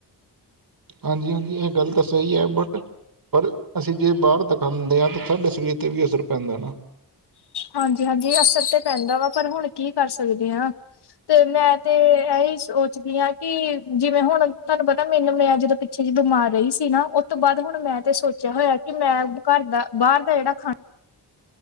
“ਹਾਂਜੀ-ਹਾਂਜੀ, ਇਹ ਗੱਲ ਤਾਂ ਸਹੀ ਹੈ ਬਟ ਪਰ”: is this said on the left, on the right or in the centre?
Right